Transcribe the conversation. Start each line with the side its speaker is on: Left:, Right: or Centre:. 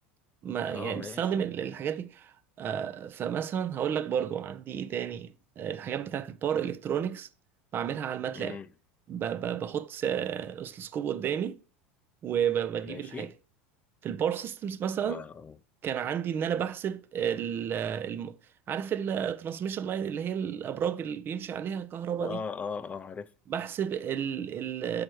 Right: ما يعني
Left: اه ماشي
Right: بستخدم ال- الحاجات دي آه، فمثلا هقول لك برضو عندي ايه تاني آه، الحاجات بتاعت الباور الكترونكس بعملها على الماتلاب
Left: امم
Right: ب- ب- بحط س- اسلسكوب قدامي وبجيب
Left: ماشي
Right: الحاجه في الباور سيستمز مثلا
Left: اه
Right: كان عندي ان انا بحسب ال الم... عارف الترانسميشن لاين اللي هي الابراج اللي بيمشي عليها الكهرباء
Left: اه
Right: دي
Left: اه اه عارف
Right: بحسب ال ال